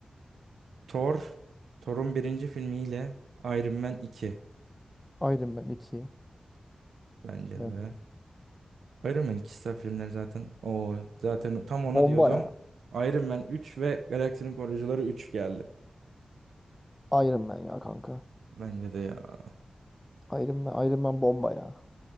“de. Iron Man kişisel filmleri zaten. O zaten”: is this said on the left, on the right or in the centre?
Right